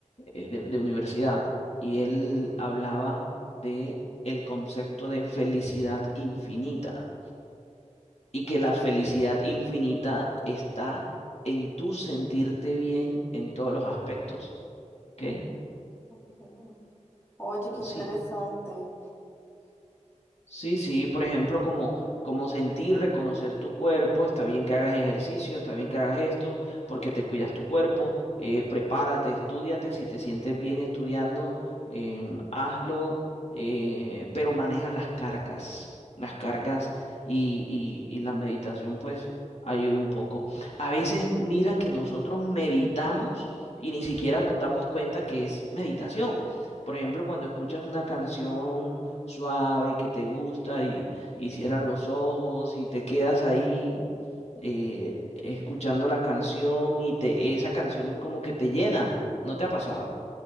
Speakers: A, on the left (about 60°); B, on the left (about 20°).
A: eh, de, de universidad. Y él hablaba de el concepto de felicidad infinita y que la felicidad infinita está en tu sentirte bien en todos los aspectos. ¿Ok?
B: Ok. Oye, qué interesante.
A: Sí. Sí, sí, por ejemplo, como, como sentir, reconocer tu cuerpo, está bien que hagas ejercicio, está bien que hagas esto, porque te cuidas tu cuerpo, eh, prepárate, estúdiate, si te sientes bien estudiando, em, hazlo, eh, pero maneja las cargas, las cargas y, y, y la meditación pues ayuda un poco. A veces mira que nosotros meditamos y ni siquiera nos damos cuenta que es meditación. Por ejemplo, cuando escuchas una canción suave que te gusta y, y cierras los ojos y te quedas ahí eh, escuchando la canción y te, esa canción como que te llena. ¿No te ha pasado?